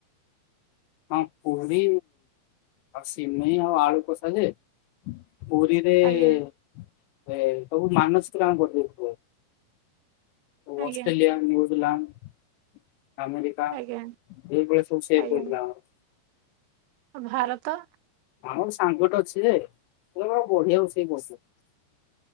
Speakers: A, on the left; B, on the right.
A: ହଁ ପୁରୀ ଆଉ ସିମେଇ ଆଉ ଆଳୁ କସା ଯେ ପୁରୀରେ ଏ
B: ଆଜ୍ଞା
A: ସବୁ ମାନସିକ <unintelligible>
B: ଆଜ୍ଞା
A: ଅଷ୍ଟ୍ରେଲିଆ ନ୍ୟୁଜଲାଣ୍ଡ। ଆମେରିକା ଏଇଭଳି
B: ଆଜ୍ଞା
A: ସବୁ ସେ
B: ଆଜ୍ଞା
A: <unintelligible>
B: ଭାରତ।
A: ଆମର ସାଙ୍ଗଟେ ଅଛି ଯେ ସେ ବଢିଆ ରୋଷେଇ କରୁଛି।